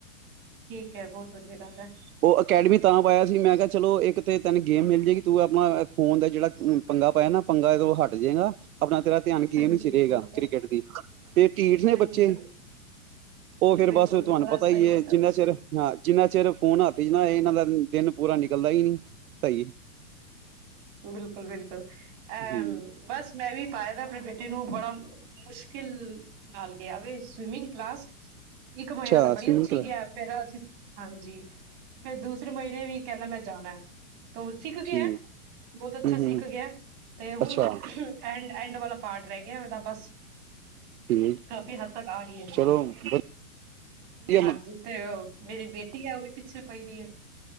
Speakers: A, on the right; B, on the right.
A: ਠੀਕ ਹੈ, ਬਹੁਤ ਵਧੀਆ ਗੱਲ ਹੈ।
B: ਉਹ ਅਕੈਡਮੀ ਤਾਂ ਪਾਇਆ ਸੀ, ਮੈਂ ਕਿਹਾ ਚਲੋ ਇੱਕ ਤੇ ਤੈਨੂੰ ਗੇਮ ਮਿਲ ਜਾਏਗੀ, ਤੂੰ ਆਪਣਾ ਫੋਨ ਦਾ ਜਿਹੜਾ ਪੰਗਾ ਪਾਇਆ ਨਾ ਪੰਗਾ ਹਟ ਜਾਏਗਾ ਆਪਣਾ ਤੇਰਾ ਧਿਆਨ ਗੇਮ
A: ਬਿਲਕੁਲ
B: ਹੀ ਚ ਰਹੇਗਾ ਕ੍ਰਿਕਟ ਦੀ ਪਰ ਢੀਠ ਨੇ
A: ਨਹੀਂ
B: ਬੱਚੇ
A: ਜ਼ਰੂਰ
B: ਉਹ ਫੇਰ
A: ਬਿਲਕੁਲ
B: ਬਸ ਤੁਹਾਨੂੰ
A: ਬੜਾ
B: ਪਤਾ ਹੀ
A: ਸਹੀ ਕੀਤਾ
B: ਜਿਨਾ
A: ਤੁਸੀਂ
B: ਚਿਰ- ਹਾਂ ਜਿਨਾ ਚਿਰ ਫੋਨ ਆ ਤੇ ਨਾ ਇਹਨਾਂ ਦਾ ਦਿਨ ਪੂਰਾ ਨਿਕਲਦਾ ਹੀ ਨੀ ਸਹੀ
A: ਬਿਲਕੁਲ- ਬਿਲਕੁਲ ਅਹ
B: ਹਮ
A: ਬਸ ਮੈ ਵੀ ਪਾਇਆ ਦਾ ਆਪਣੇ ਬੇਟੇ ਨੂੰ ਬੜਾ ਮੁਸ਼ਕਿਲ ਨਾਲ ਗਿਆ ਵੇਂ, ਸਵੀਮਿੰਗ ਕਲਾਸ ਇੱਕ ਮਹੀਨਾ
B: ਅੱਛਾ
A: ਤਾਂ ਬੜੀ
B: ਸਵਿਮਿੰਗ
A: ਅੱਛੀ
B: ਕਲਾ
A: ਗਿਆ। ਫੇਰ ਅਸੀਂ, ਹਾਂਜੀ ਫਿਰ ਦੂਸਰੇ ਮਹੀਨੇ ਵੀ ਕਹਿੰਦਾ ਮੈਂ ਜਾਣਾ। ਸਿੱਖ ਗਿਆ,
B: ਠੀਕ
A: ਬਹੁਤ ਅੱਛਾ
B: ਹਮ
A: ਸਿੱਖ
B: ਹਮ
A: ਗਿਆ। ਤੇ ਹੁਣ
B: ਅੱਛਾ
A: ਐਂਡ-ਐਂਡ ਵਾਲਾ ਪਾਰਟ ਰਹਿ ਗਿਆ ਉਹਦਾ ਬਸ।
B: ਠੀਕ
A: ਕਾਫੀ ਹੱਦ ਤੱਕ ਆ ਗਈ ਹੈ ਇਹਨੂੰ,
B: ਚਲੋ ਵਧੀਆ
A: ਹਾਂਜੀ।
B: ਹਮ
A: ਤੇ ਉਹ ਮੇਰੀ ਬੇਟੀ ਹੈ, ਉਹ ਵੀ ਪਿੱਛੇ ਪੈਂਦੀ ਹੈ